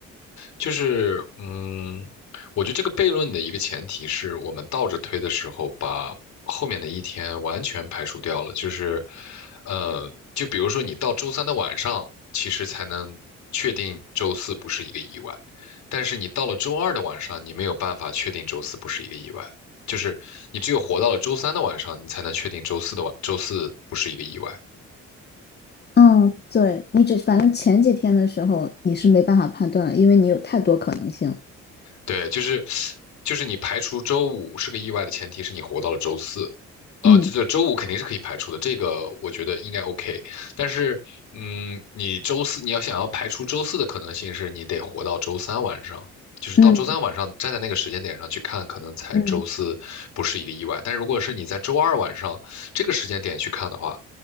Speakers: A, on the left; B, on the left.
A: 就是嗯，我觉得这个悖论的一个前提是我们倒着推的时候，把后面的一天完全排除掉了。就是，呃，就比如说你到周三的晚上，其实才能确定周四不是一个意外，但是你到了周二的晚上，你没有办法确定周四不是一个意外。就是你只有活到了周三的晚上，你才能确定周四的晚，周四不是一个意外。
B: 嗯，对，你只反正前几天的时候你是没办法判断了，因为你有太多可能性。
A: 对，就是就是你排除周五是个意外的前提是你活到了周四，呃，
B: 嗯
A: 这这周五肯定是可以排除的，这个我觉得应该 OK。但是，嗯，你周四你要想要排除周四的可能性是你得活到周三晚上，就是到周三晚上站在那个时间点上去看，
B: 嗯
A: 可能才周四不是一个意外。
B: 嗯，
A: 但如果是你在周二晚上这个时间点去看的话，